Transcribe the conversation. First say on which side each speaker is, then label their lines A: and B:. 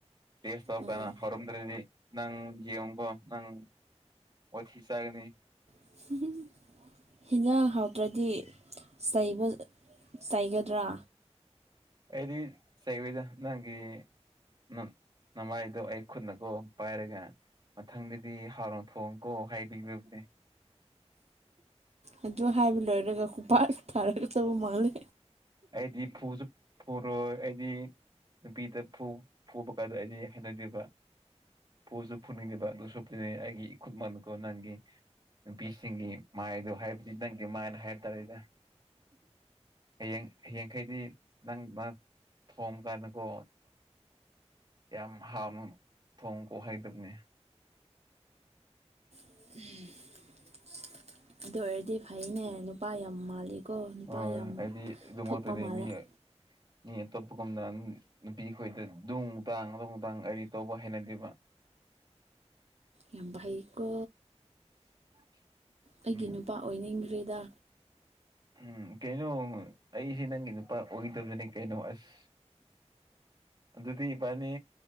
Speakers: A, on the right (about 40°); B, on the right (about 65°).
A: ꯇꯦꯁ ꯇꯧꯔ
B: ꯎꯝ
A: ꯀꯥꯟꯗ ꯍꯧꯔꯝꯗ꯭ꯔꯗꯤ ꯅꯪ ꯌꯦꯡꯉꯨꯀꯣ ꯅꯪ꯫ ꯋꯥꯊꯤ ꯆꯥꯒꯅꯤ
B: <unintelligible> ꯍꯤꯟꯖꯥꯡ ꯍꯥꯎꯇ꯭ꯔꯗꯤ ꯆꯩꯕ ꯆꯩꯥꯏꯒꯗ꯭ꯔꯥ꯫
A: ꯑꯩꯗꯤ ꯆꯩꯔꯣꯏꯗ ꯅꯪꯒꯤ ꯅ ꯅꯃꯥꯏꯗꯣ ꯑꯩ ꯈꯨꯠꯅꯀꯣ꯫ ꯄꯥꯏꯔꯒ ꯃꯊꯪꯗꯗꯤ ꯍꯥꯎꯅ ꯊꯣꯡꯉꯨꯀꯣ ꯍꯥꯏꯕꯤꯒꯗꯕꯅꯦ꯫
B: ꯑꯗꯨ ꯍꯥꯏꯕ ꯂꯣꯏꯔꯒ ꯈꯨꯄꯥꯛꯅ ꯊꯥꯔꯛꯀꯗꯕ ꯃꯥꯜꯂꯦ꯫
A: ꯑꯩꯗꯤ ꯐꯨꯁꯨ ꯐꯨꯔꯣꯏ ꯑꯩꯗꯤ ꯅꯨꯄꯤꯗ ꯐꯨꯕ ꯀꯥꯟꯗ ꯑꯩꯗꯤ ꯍꯥꯏꯅꯗꯦꯕ ꯄꯣꯠꯁꯨ ꯐꯨꯅꯤꯡꯉꯦꯕ ꯑꯗꯨ ꯁꯅꯤ ꯑꯩꯒꯤ ꯏꯈꯨꯠ ꯃꯥꯂꯀꯣ ꯅꯪꯒꯤ ꯅꯨꯄꯤꯁꯤꯡꯒꯤ ꯃꯥꯏꯗꯣ ꯍꯥꯏꯕꯗꯤ ꯅꯪꯒꯤ ꯃꯥꯏꯅ ꯍꯥꯏ ꯇꯔꯦꯗ ꯍꯌꯦꯡ ꯍꯌꯦꯡꯈꯩꯗꯤ ꯅꯪ ꯃꯥ ꯊꯣꯡꯕ ꯀꯥꯟꯗꯀꯣ ꯌꯥꯝ ꯍꯥꯎꯅ ꯊꯣꯡ ꯀꯣꯛꯍꯩꯗꯕꯅꯦ
B: ꯎꯝ ꯑꯗꯨ ꯑꯣꯏꯔꯗꯤ ꯐꯩꯅꯦ ꯅꯨꯄꯥ ꯌꯥꯝ ꯃꯥꯜꯂꯤꯀꯣ ꯅꯨꯄꯥ
A: ꯍꯣꯏ
B: ꯌꯥꯝ
A: ꯑꯩꯗꯤ ꯑꯗꯨꯃꯛꯇꯗꯤ
B: ꯊꯣꯛꯄ ꯃꯥꯜꯂꯦ꯫
A: ꯃꯤ
B: <unintelligible>
A: ꯃꯤ ꯑꯇꯣꯞꯄꯒꯨꯝꯅ ꯅꯨꯄꯤꯈꯣꯏꯗ ꯅꯨꯡꯨ ꯇꯥꯡ ꯑꯗꯨꯧꯨ ꯇꯥꯡ ꯑꯩꯗꯤ ꯇꯧꯕ ꯍꯩꯅꯗꯦꯕ
B: ꯌꯥꯝ ꯩꯀꯣ
A: <unintelligible>
B: ꯑꯩꯒꯤ
A: ꯎꯝ
B: ꯅꯨꯄꯥ ꯑꯣꯏꯅꯤꯡꯈ꯭ꯔꯦꯗ
A: ꯎꯝ ꯀꯩꯅꯣ ꯑꯩꯁꯦ ꯅꯪꯒꯤ ꯅꯨꯄꯥ ꯑꯣꯏꯗꯕꯅꯤ ꯀꯩꯅꯣ ꯑꯁ ꯑꯗꯨꯗꯤ ꯏꯕꯥꯅꯤ